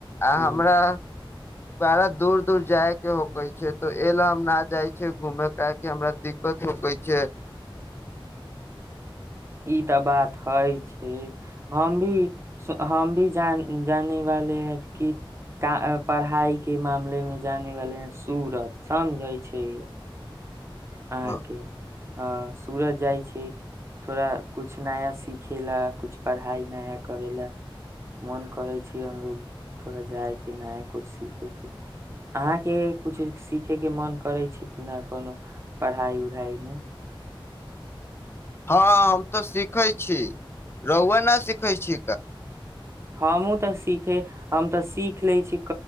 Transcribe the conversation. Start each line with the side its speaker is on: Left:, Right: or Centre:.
Left: आ
Right: ह
Left: हमरा पारा दूर-दूर जाए पड़ैत छै, एहि लेल हम घूमए नहि जाइ छी, किएक तँ हमरा घूमए में दिक्कत होइत छै।
Right: ई तँ बाते छै, हमहूँ जानि रहल छी जे पढ़ाइके मामलामे जे होएत, से परिस्थिति बुझाइत छै। आ
Left: हँ
Right: की हँ, सूरत जाइ छी, तऽ किछु नवका सिखबाक लेल, किछु नव पढ़ाइ करबाक लेल मन करैत छै। हमरा सेहो लगैत छै जे तनी सूरत जा कऽ किछु नव सीखल जाए। अहाँकेँ सेहो कोनो नव चीज सीखबाक मन करैत छै कि नहि? पढ़ाई उढ़ाई मे
Left: हँ हम तऽ सिखै छी रहुआ नहि सीखै छी
Right: हमहूँ तँ सीखए छी, हम तँ सीखि लै छी।